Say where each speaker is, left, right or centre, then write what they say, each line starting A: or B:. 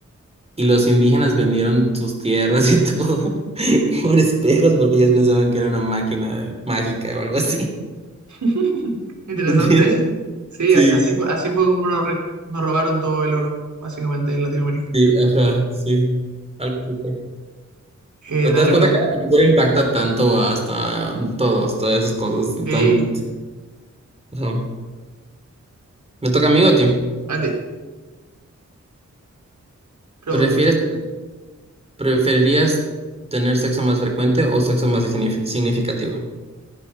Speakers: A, on the right; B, on the right.
A: Y los indígenas vendieron sus tierras y <laughs> todo por espejos porque ellos pensaban que era una máquina mágica o algo así.
B: <laughs> Interesante,
A: ¿Entiendes?
B: ¿eh? Sí,
A: Sí,
B: así, así fue, así fue como nos, re- nos robaron todo el oro, básicamente, en Latinoamérica.
A: sí, ajá, sí. Algo así.
B: Eh,
A: Pero
B: dale,
A: te das cuenta
B: pregunta.
A: que la cultura impacta tanto hasta todos, todas esas cosas
B: Sí,
A: tan... ajá. Me toca a mí o a ti.
B: a ti, pregúntame.
A: ¿Prefieres, preferirías tener sexo más frecuente o sexo más signif- significativo?